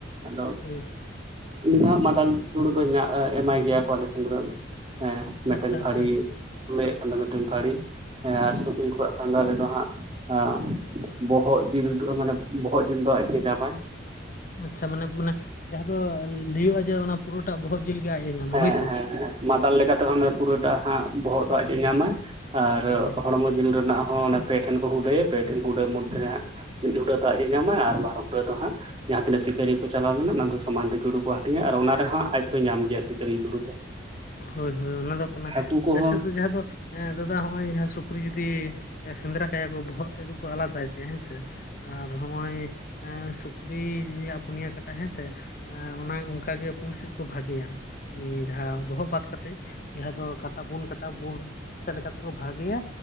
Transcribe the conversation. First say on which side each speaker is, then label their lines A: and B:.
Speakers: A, on the right (about 30°); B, on the left (about 45°).
A: ᱟᱫᱚ᱾
B: ᱦᱳᱭ
A: ᱩᱱᱤ ᱫᱚᱜ ᱢᱟᱫᱟᱞ ᱫᱩᱲᱩ ᱠᱚ ᱮᱢᱟᱭ ᱜᱮᱭᱟ ᱠᱚᱞᱮᱡᱽᱱ ᱨᱮᱫᱚ᱾ ᱦᱮᱸ ᱢᱤᱫᱴᱮᱱ
B: ᱟᱪᱪᱷᱟ
A: ᱯᱟᱹᱲᱤ
B: ᱟᱪᱪᱷᱟ ᱟᱪᱪᱷᱟ
A: ᱞᱟᱹᱭᱮᱫ ᱠᱟᱱᱟ ᱢᱤᱫᱴᱮᱱ ᱯᱟᱹᱲᱤ᱾ ᱦᱮᱸ ᱟᱨ ᱥᱩᱠᱨᱤ ᱠᱚᱣᱟᱜ ᱠᱷᱟᱸᱫᱟ ᱨᱮᱫᱚ ᱦᱟᱸᱜ᱾ ᱟᱸ ᱵᱚᱦᱚᱜ ᱡᱤᱞ ᱫᱚ ᱢᱟᱱᱮ ᱵᱚᱦᱚᱜ ᱡᱤᱞ ᱫᱚ ᱟᱡᱜᱮ ᱧᱟᱢ ᱟᱭ᱾
B: ᱟᱪᱪᱷᱟ ᱢᱟᱱᱮ ᱢᱟᱱᱮ ᱡᱟᱦᱟᱸ ᱫᱚ ᱞᱟᱹᱭᱼᱟ ᱡᱮ ᱚᱱᱟ ᱯᱩᱨᱟᱹᱴᱟ ᱵᱚᱦᱚᱜ ᱡᱤᱞ ᱜᱮ ᱟᱡ ᱮ ᱧᱟᱢᱟ
A: ᱦᱮᱸ
B: ᱦᱳᱭᱥᱮ᱾
A: ᱦᱮᱸ ᱦᱮᱸ ᱢᱟᱫᱟᱞ ᱞᱮᱠᱟᱛᱮ ᱯᱩᱨᱟᱹᱴᱟ ᱦᱟᱸᱜ ᱵᱚᱦᱚᱜ ᱫᱚ ᱟᱡ ᱮ ᱧᱟᱢᱼᱟ᱾ ᱟᱨ
B: ᱦᱳᱭ
A: ᱦᱚᱲᱢᱚ ᱡᱤᱞ ᱨᱮᱱᱟᱜ ᱦᱚᱸ ᱯᱮ ᱴᱷᱮᱱ ᱠᱚ ᱩᱰᱟᱹᱭᱟ ᱯᱮ ᱴᱷᱮᱱ ᱠᱩᱰᱟᱹ ᱢᱚᱫᱽᱫᱷᱮ ᱨᱮ ᱦᱟᱸᱟᱜ᱾ ᱢᱤᱫ ᱦᱩᱰᱟᱹ ᱫᱚ ᱟᱡ ᱮ ᱧᱟᱢᱟᱭ ᱟᱨ ᱵᱟᱨ ᱦᱩᱰᱟᱹ ᱫᱚ ᱦᱟᱸᱜ ᱡᱟᱦᱟᱸ ᱛᱤᱱᱟᱹ ᱥᱤᱠᱟᱹᱨᱤᱭᱟᱹ ᱠᱚ ᱪᱟᱞᱟᱣ ᱞᱮᱱᱟ ᱚᱱᱟ ᱫᱚ᱾ ᱥᱚᱢᱟᱱ ᱛᱮ ᱡᱩᱲᱩ ᱠᱚ ᱦᱟᱴᱤᱧᱟ ᱟᱨ ᱚᱱᱟ ᱨᱮᱦᱚᱸ ᱟᱡ ᱫᱚ ᱧᱟᱢ ᱜᱮᱭᱟ ᱥᱤᱠᱟᱹᱨᱤᱭᱟᱹ ᱡᱩᱲᱩ ᱫᱚ᱾
B: ᱦᱳᱭ ᱦᱳᱭ ᱚᱱᱟ ᱫᱚ ᱠᱟᱱᱟ
A: ᱦᱟᱹᱠᱩ
B: ᱟᱞᱮ
A: ᱠᱚᱦᱚᱸ
B: ᱥᱮᱫ ᱫᱚ ᱡᱟᱦᱟᱸ ᱫᱚ ᱫᱟᱫᱟ ᱱᱚᱜᱼᱚᱭ ᱡᱟᱦᱟᱸ᱾ ᱥᱩᱠᱨᱤ ᱡᱩᱫᱤ ᱥᱮᱸᱫᱽᱨᱟ ᱠᱟᱭᱟ ᱠᱚ ᱵᱚᱦᱚᱜ ᱛᱮ ᱟᱞᱟᱫᱟᱭ ᱛᱮ ᱦᱮᱸ ᱥᱮ᱾ ᱟᱨ ᱱᱚᱜ-ᱚᱭ ᱥᱩᱠᱨᱤᱭᱟᱜ ᱯᱩᱱᱭᱟ ᱠᱟᱴᱟ ᱦᱮᱸᱥᱮ ᱮ ᱚᱱᱟ ᱚᱱᱠᱟᱜᱮ ᱯᱩᱱ ᱥᱮᱫ ᱠᱚ ᱵᱷᱟᱜᱮᱭᱟ ᱩᱱᱤ ᱡᱟᱦᱟᱸ ᱵᱚᱦᱚᱜ ᱵᱟᱫ ᱠᱟᱛᱮᱜ ᱡᱟᱦᱟᱸ ᱫᱚ ᱠᱟᱴᱟ ᱵᱚᱱ ᱠᱟᱴᱟ ᱵᱚᱱ ᱥᱮᱫ ᱞᱮᱠᱟᱛᱮᱠᱚ ᱵᱷᱟᱹᱜᱤᱭᱟ